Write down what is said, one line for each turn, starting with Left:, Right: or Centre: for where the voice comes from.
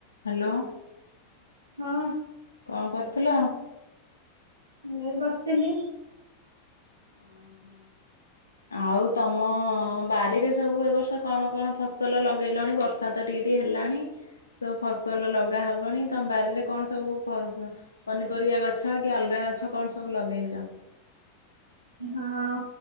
Left: Hello.
Right: ହଁ।
Left: କଣ କରୁଥିଲ?
Right: ମୁଁ ବସିଥିଲି।
Left: ଓ ହଁ ଆଉ ତମ ବାରିରେ ସବୁ ଏ ବର୍ଷ କଣ କଣ ଫସଲ ଲଗେଇଲଣି ବର୍ଷା ବର୍ଷା ତ ଟିକେ ଟିକେ ହେଲାଣି ସବୁ ଫସଲ ଲଗାହବଣି ତମ ବାରିରେ କଣ ସବୁ ପନିପରିବା ଗଛ କି ଅଲଗା ଗଛ କଣ ସବୁ ଲଗେଇଛ?
Right: ହଁ